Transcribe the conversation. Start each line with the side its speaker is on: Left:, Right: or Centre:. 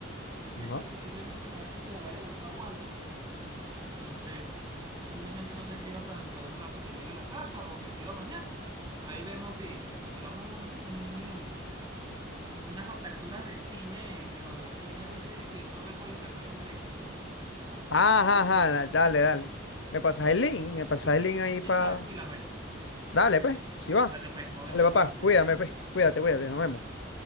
Right: esa
Left: Ajá.
Right: posiblemente me va a decir que la vaya a buscar o algo. Entonces, posiblemente no te escriba hasta dentro de un rato que llegue a la casa o te escriba mañana. Ahí vemos si, si nos tiramos un, un- unas aperturas de cine, pero de cine de ese que uno ve por internet con Netflix. Lo que no.
Left: Ajá,
Right: Sí,
Left: ajá,
Right: el cine.
Left: dale, dale. Me pasas el link, me pasas el link ahí
Right: Exacto,
Left: para...
Right: y las vemos.
Left: Dale, pues, si va.
Right: Date pues, nos vemos
Left: Dale, papá,
Right: entonces.
Left: cuídame, pues. Cuídate, cuídate, nos vemos.